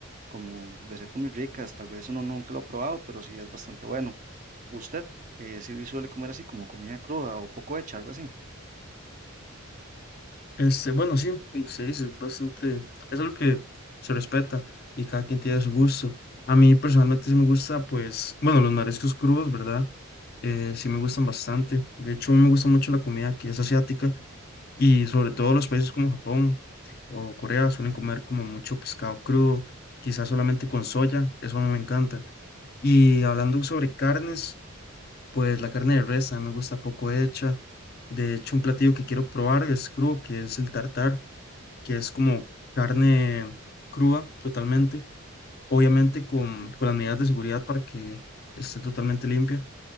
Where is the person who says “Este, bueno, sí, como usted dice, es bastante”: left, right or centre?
Left